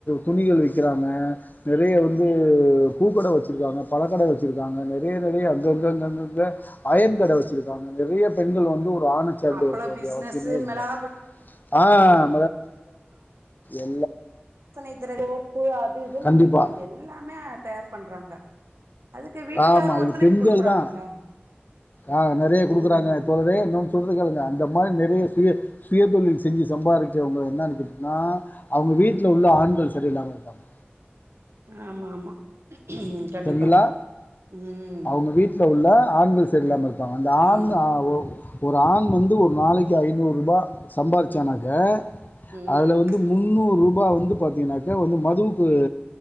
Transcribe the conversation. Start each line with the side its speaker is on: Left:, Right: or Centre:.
Left: துணிகள் வைக்கிறாங்க நெறைய வந்து பூக்கட வச்சிருக்காங்க பழக்கட வச்சிருக்காங்க நெறைய நெறைய அங்கங்க அங்கங்கங்க அயன் கட வெச்சிருக்காங்க நெறைய பெண்கள் வந்து ஆண சார்ந்து
Right: அப்பள
Left: வெக்க வேண்டிய
Right: பிசினஸ்
Left: அவசியமே இல்ல
Right: மிளகா
Left: ஆஹ் <unintelligible>
Right: இப்ப <unintelligible> இது
Left: கண்டிப்பா.
Right: இன்னைக்கு எல்லாமே தயார் பண்றாங்க அதுக்கு வீட்டுக்காரும்
Left: ஆமா
Right: ஒத்துழைப்பு
Left: இது பெண்கள்
Right: குடுக்குறாங்கல்ல
Left: தான் ஆஹ் நெறைய குடுக்குறாங்க
Right: ம்
Left: தோர என்னன்னு சொல்றது கேளுங்க அந்த மாதிரி நெறைய சுய சுயதொழில் செஞ்சு சம்பாதிக்கவங்க என்னன்னு கேட்டீன்னா அவங்க வீட்டுல உள்ள ஆண்கள் சரியில்லாம இருக்காங்க
Right: ஆமா ஆமா கண்டிப்பா
Left: சரிங்களங்களா
Right: ம்
Left: அவங்க வீட்ல உள்ள ஆண்கள் சரியில்லாம இருப்பாங்க அந்த ஆண்
Right: ஆமா
Left: ஒரு ஆண் வந்து ஒரு நாளைக்கு ஐநூறு ரூபா சம்பாாரச்சனாக்கு
Right: ம்
Left: அதுல வந்து முன்னூறு ரூபா வந்து பாார்த்தீங்கன்னாக்கா வந்து மதுவுக்கு